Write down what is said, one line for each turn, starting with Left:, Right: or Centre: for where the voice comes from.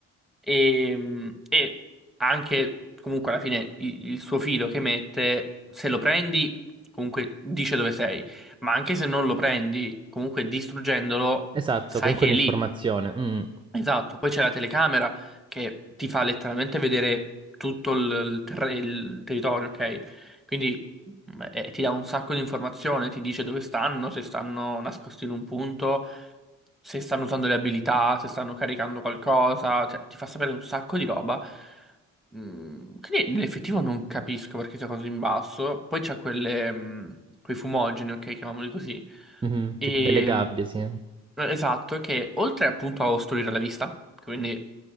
Centre: E, e anche comunque alla fine i- il, suo filo che mette, se lo prendi comunque dice dove sei, ma anche se non lo prendi, comunque distruggendolo
Right: esatto,
Centre: sai
Right: con quell'informazione.
Centre: che è lì.
Right: Mm.
Centre: Esatto, poi c'è la telecamera che ti fa letteralmente vedere tutto il, il terre- il territorio, ok? Quindi mm, eh, ti dà un sacco di informazioni, ti dice dove stanno, se stanno nascosti in un punto, se stanno usando le abilità, se stanno caricando qualcosa, cioè, ti fa sapere un sacco di roba. Mm, quindi nell'effettivo non capisco perché sia così in basso. Poi c'è quelle, mm, quei fumogeni, ok, chiamiamoli così.
Right: Mhm,
Centre: E,
Right: Tipo delle gabbie, sì.
Centre: eh, Esatto, che oltre appunto a ostruire la vista, che quindi